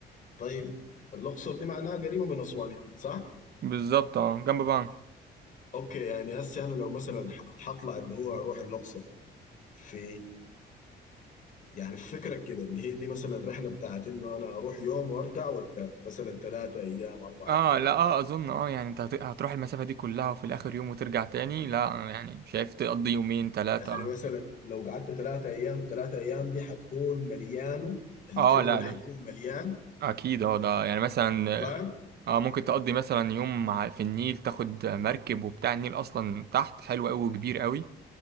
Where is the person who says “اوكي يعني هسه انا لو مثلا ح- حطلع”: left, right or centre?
Left